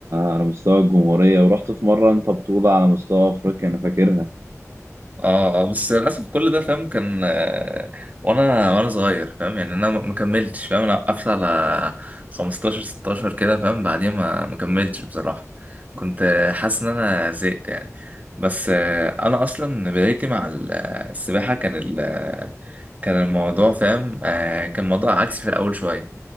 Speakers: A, on the right (about 55°); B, on the right (about 30°).
A: على مستوى الجمهورية ورحت في مرة أنت بطولة على مستوى أفريقيا أنا فاكرها
B: اه آه، بس للاسف كل ده فاهم كان آه، وانا وانا صغير فاهم يعني انا ما ما كملتش فاهم انا وقفت على 15 16 كده فاهم بعديها ما ما كملتش بصراحه كنت آه، حاسس ان انا زهقت يعني بس آه، انا اصلا بدايتي مع ال- السباحه كان ال- كان الموضوع فاهم آه، كان موضوع عكسي في الاول شويه